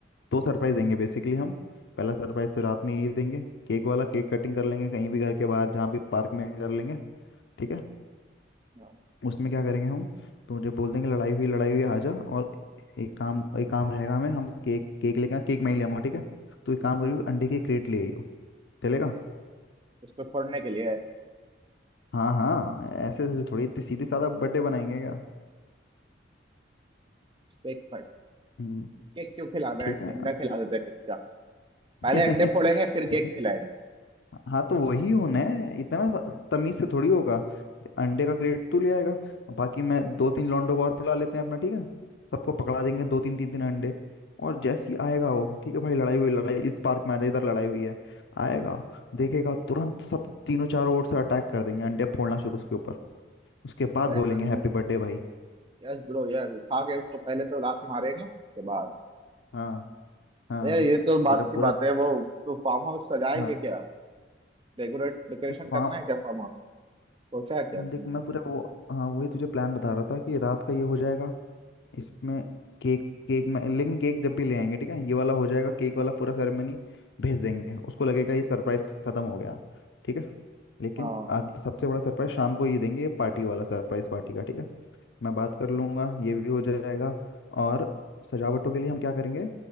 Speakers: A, on the left; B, on the right.
A: दो सरप्राइज देंगे बेसिकली हम पहला सरप्राइज तो रात में यही देंगे केक वाला केक कटिंग कर लेंगे कहीं भी घर के बाहर जहाँ भी पार्क में कर लेंगे ठीक है
B: हाँ,
A: उसमें क्या करेंगे हम तुझे बोल देंगे लड़ाई हुई लड़ाई हुई आजा और एक काम एक काम रहेगा हमें हम केक केक लेके केक मैं ही ले आऊंगा ठीक है तो एक काम करियो अंडे की क्रेट ले आइयो चलेगा
B: उसको फोड़ने के लिए
A: हाँ हाँ ऐसे ऐसे थोड़ी इतनी सीधे साधा बर्थडे बनाएंगे क्या
B: उसको एक फट
A: हम्म
B: केक क्यों खिला रहा
A: ठीक
B: है
A: है
B: अंडा खिला देते हैं कच्चा
A: <laughs>
B: पहले अंडे फोड़ेंगे फिर केक खिलाएंगे
A: हाँ तो वही होना है इतना स- तमीज से थोड़ी होगा अंडे का क्रेट तू ले आएगा बाकी मैं दो तीन लौंडों को और बुला लेते हैं अपना ठीक है सबको पकड़ा देंगे दो तीन तीन तीन अंडे और जैसे ही आएगा वो ठीक है भाई लड़ाई हुई लड़ाई इस पार्क में आ जाए इधर लड़ाई हुई है आएगा देखेगा तुरंत सब तीनों चारों ओर से अटैक कर देंगे अंडे फोड़ना शुरू उसके ऊपर उसके बाद
B: अरे
A: बोलेंगे
B: तुम
A: हैप्पी बर्थडे भाई
B: यस ब्रो यस उठा के उसको पहले तो लात मारेंगे के बाद
A: हाँ हाँ
B: अरे ये तो बात
A: पूरा पूरा
B: की बात है वो तो फार्म हाउस सजाएंगे
A: हाँ
B: क्या डेकोरेट डेकोरेशन
A: देख
B: करना
A: फार्म
B: है क्या फार्म हाउस सोचा है क्या तुमने
A: देख मैं पूरा वो हाँ वही तुझे प्लान बता रहा था कि रात का ये हो जाएगा इसमें केक केक में लेकिन केक जब भी ले आएंगे ठीक है ये वाला हो जाएगा केक वाला पूरा सेरेमनी भेज देंगे उसको लगेगा ये सरप्राइज खत्म हो गया ठीक है लेकिन
B: हाँ
A: आग, सबसे बड़ा सरप्राइज शाम को ये देंगे ये पार्टी वाला सरप्राइज पार्टी का ठीक है मैं बात कर लूंगा ये भी हो जाएगा और सजावटों के लिए हम क्या करेंगे